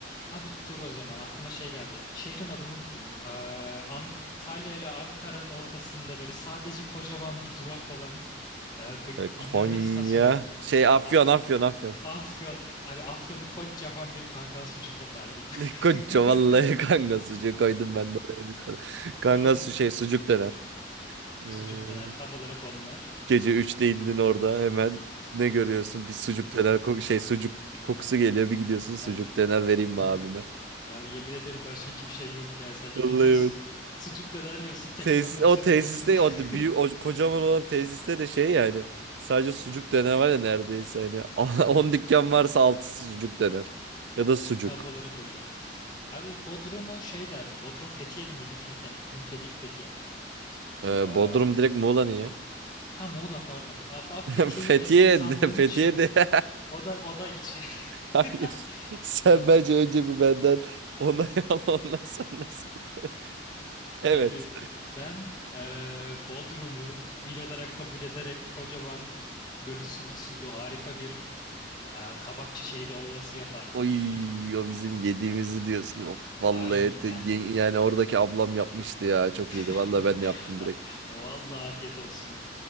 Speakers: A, on the left; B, on the right.
A: Abi dur o zaman aklıma şey geldi. Şehrin adını unuttum. Ee, Antalya ile Ankara'nın ortasında böyle sadece kocaman bir durak olan e, bir
B: E, Konya.
A: dinlenme istasyonu.
B: Şey Afyon
A: Aa,
B: Afyon Afyon.
A: Afyon. Abi Afyon'u kocaman bir kangal sucuk yapardım.
B: <laughs> Koca
A: <laughs>
B: vallahi kanka sucuk koydum ben de oraya bir tane. <laughs> Kanka
A: Aa,
B: su şey sucuk döner. Ee,
A: Sucuk döner. Tam olarak onlar.
B: gece üçte indin orada hemen ne görüyorsun? Bir sucuk döner ko- şey sucuk kokusu geliyor bir gidiyorsun sucuk
A: Abi
B: döner vereyim mi
A: yemin,
B: abime?
A: abi yemin ederim başka hiçbir şey yok ya. Sadece
B: Vallahi
A: gidiyorsun.
B: evet.
A: Sucuk döner yiyorsun. Tekrar
B: Tesis,
A: otobüse
B: o tesiste
A: biliyorsun. <laughs>
B: o d- büyük o kocaman olan tesiste de şey yani sadece sucuk döner var ya neredeyse hani <laughs>
A: Evet.
B: 10 dükkan varsa 6'sı sucuk döner ya da sucuk.
A: Tam olarak öyle. Abi Bodrum'u şey derdim. Bodrum Fethiye'li miydi? Finike, Finike değil Fethiye.
B: Ee,
A: Aa,
B: Bodrum direkt Muğla'nın ya.
A: ha Muğla pardon. Af, abi
B: <laughs>
A: Fethiye'yi
B: Fethiye
A: ben il sandığım
B: de, <laughs>
A: için o da o da ilçe.
B: Hayır.
A: <laughs>
B: Sen
A: Abi
B: bence önce bir benden onay al ondan sonra söyle. Evet.
A: abi ben eee, Bodrum'u il olarak kabul ederek kocaman böyle sulu sulu harika bir aa, kabak çiçeği dolması yapardım.
B: Oy,
A: Çünkü
B: o bizim yediğimizi diyorsun. Of vallahi
A: aynen.
B: ete- ye- yani oradaki ablam yapmıştı ya. Çok iyiydi.
A: <laughs>
B: Vallahi ben de yaptım
A: Ha,
B: direkt.
A: Vallahi afiyet olsun.